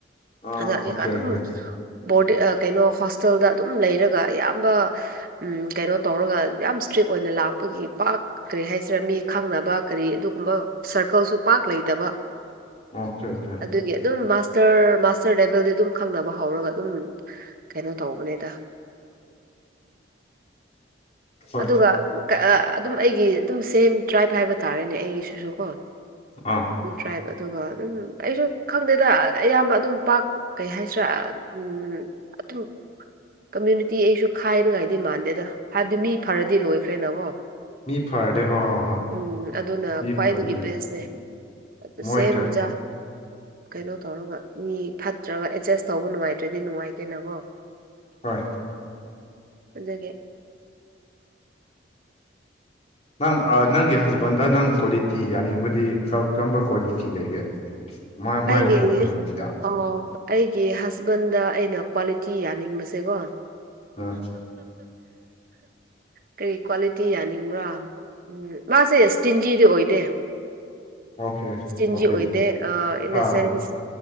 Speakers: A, on the left; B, on the right.
A: ꯑꯥ
B: ꯑꯗ
A: ꯑꯣꯀꯦ
B: ꯑꯗꯨꯝ
A: ꯑꯣꯀꯦ ꯑꯣꯀꯦ
B: ꯕꯣꯔꯗꯤ ꯀꯩꯅꯣ ꯍꯣꯁꯇꯦꯜꯗ ꯑꯗꯨꯝ ꯂꯩꯔꯒ ꯑꯌꯥꯝꯕ ꯎ ꯀꯩꯅꯣ ꯇꯧꯔꯒ ꯌꯥꯝ ꯏꯁꯇ꯭ꯔꯤꯛ ꯑꯣꯏꯅ ꯂꯥꯛꯄꯒꯤ ꯄꯥꯛ ꯀꯔꯤ ꯍꯥꯏꯁꯤꯔꯥ ꯃꯤ ꯈꯪꯅꯕ ꯀꯔꯤ ꯑꯗꯨꯒꯨꯝꯕ ꯁꯔꯀꯜꯁꯨ ꯄꯥꯛ ꯂꯩꯇꯕ
A: ꯑꯣꯆꯥꯦ ꯑꯣꯆꯥꯦ
B: ꯑꯗꯨꯒꯤ ꯑꯗꯨꯝ ꯃꯥꯁꯇꯔ ꯃꯥꯁꯇꯔ ꯂꯦꯚꯦꯜꯗꯤ ꯑꯗꯨꯝ ꯈꯪꯅꯕ ꯍꯧꯔꯒ ꯑꯗꯨꯝ ꯀꯩꯅꯣ ꯇꯧꯕꯅꯦꯗ
A: ꯍꯣꯏ
B: ꯑꯗꯨꯒ ꯑꯗꯨꯝ ꯑꯩꯒꯤ ꯑꯗꯨꯝ ꯁꯦꯝ ꯇ꯭ꯔꯥꯏꯞ ꯍꯥꯏꯕ ꯇꯥꯔꯦꯅꯦ ꯑꯩꯒꯤꯁꯤꯁꯨ ꯀꯣ
A: ꯑꯥ
B: ꯭ꯔꯕ ꯑꯗꯨꯒ ꯑꯗꯨꯝ ꯑꯩꯁꯨ ꯈꯪꯗꯦꯗ ꯑꯌꯥꯝꯕ ꯑꯗꯨꯝ ꯄꯥꯛ ꯀꯩ ꯍꯥꯏꯁꯤ꯭ꯔꯥ ꯎꯝ ꯑꯗꯨꯝ ꯀꯃ꯭ꯌꯨꯅꯤꯇꯤ ꯑꯩꯁꯨ ꯈꯥꯏꯅꯉꯥꯏꯗꯤ ꯃꯥꯟꯗꯦꯗ ꯍꯥꯏꯕꯗꯤ ꯃꯤ ꯐꯔꯗꯤ ꯂꯣꯏꯈ꯭ꯔꯦꯅꯀꯣ
A: ꯃꯤ ꯐꯔꯗꯤ ꯍꯣꯏ ꯍꯣꯏ ꯍꯣꯏ
B: ꯎꯝ ꯑꯗꯨꯅ
A: ꯃꯤ
B: ꯈ꯭ꯋꯥꯏꯗꯒꯤ
A: ꯐꯔꯗꯤ
B: ꯕꯦꯁꯅꯦ ꯑ
A: ꯃꯣꯏ
B: ꯁꯦꯝꯦꯦꯝ
A: ꯀꯩ
B: ꯥ ꯀꯩꯅꯣ ꯇꯧꯔꯒ ꯃꯤ ꯐꯠꯇ꯭ꯔꯒ ꯑꯦꯗꯖꯁ ꯇꯧꯕ ꯅꯨꯡꯉꯥꯏꯇ꯭ꯔꯗꯤ ꯅꯨꯡꯉꯥꯏꯇꯦꯅꯀꯣ
A: ꯍꯣꯏ
B: ꯑꯗꯨꯗꯒꯤꯦ
A: ꯅꯪ ꯅꯪꯒꯤ ꯍꯖꯕꯦꯟꯗ ꯅꯪ ꯀ꯭ꯋꯥꯂꯤꯇꯤ ꯌꯥꯅꯤꯡꯕꯗꯤ ꯀꯔꯝꯕ ꯀ꯭ꯋꯥꯂꯤꯇꯤ ꯂꯩꯒꯦ ꯃꯥꯏ
B: ꯑꯩꯒꯤ
A: ꯀꯣꯛꯄ ꯂꯩꯇꯤꯗ
B: ꯑꯣ ꯑꯩꯒꯤ ꯍꯁꯕꯟꯗ ꯑꯩꯅ ꯀ꯭ꯋꯥꯂꯤꯇꯤ ꯌꯥꯅꯤꯡꯕꯁꯦꯀꯣ
A: ꯑꯥ
B: ꯀꯔꯤ ꯀ꯭ꯋꯥꯂꯤꯇꯤ ꯌꯥꯅꯤꯡꯕ꯭ꯔꯥ ꯎꯝ ꯃꯥꯁꯦ ꯁ꯭ꯇꯤꯟꯖꯤꯗꯤ ꯑꯣꯏꯗꯦ
A: ꯑꯣꯀꯦ
B: ꯆꯤꯟꯖꯤ
A: ꯑꯣꯀꯦ
B: ꯑꯣꯏꯗꯦ ꯑ ꯏꯟ
A: ꯈꯔ
B: ꯗ ꯁꯦꯟꯁ